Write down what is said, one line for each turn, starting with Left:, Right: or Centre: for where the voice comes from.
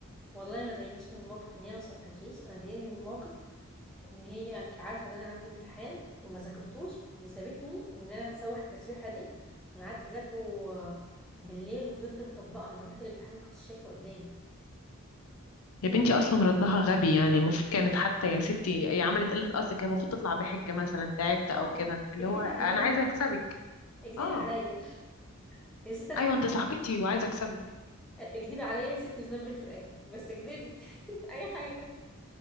Centre: والله ما ضايقنيش من الموقف ان هي ما شرحتليش انا ضايقني من الموقف ان هي عارفه ان انا عندي امتحان وما ذاكرتوش وسابتني ان انا اتسوح التسويحه دي انا قعدت اذاكره آه، بالليل وفضلت مطبقه انا رحت الامتحان ما كنتش شايفه قدامي
Left: يا بنتي اصلا ردها غبي يعني المفروض كانت حتى يا ستي هي عملت قله اصل كان المفروض تطلع بحجه مثلا تعبت
Centre: اه
Left: او كده اللي
Centre: اكدبي
Left: هو انا
Centre: عليا
Left: عايزه اكسبك
Centre: اكدبي
Left: اه
Centre: عليا <laughs> يا ست انا
Left: ايوه
Centre: عايز
Left: انت صاحبتي وعايزه اكسبك
Centre: اكدبي عليا يا ست وذنبك في رقبتي بس اكدبي <laughs> اي حاجه